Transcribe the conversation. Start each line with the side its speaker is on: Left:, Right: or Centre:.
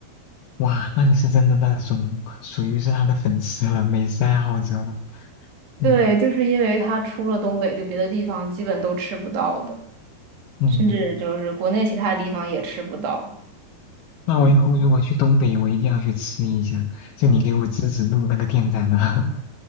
Left: 哇，那你是真的那种属于是他的粉丝了，美食爱好者了。
Right: 对，
Left: 嗯
Right: 就是因为它出了东北，就别的地方基本都吃不到的，
Left: 嗯，
Right: 甚至就是国内其他地方也吃不到。
Left: 嗯嗯那我以后如果去东北，我一定要去吃一下，就你给我指指路那个店在哪。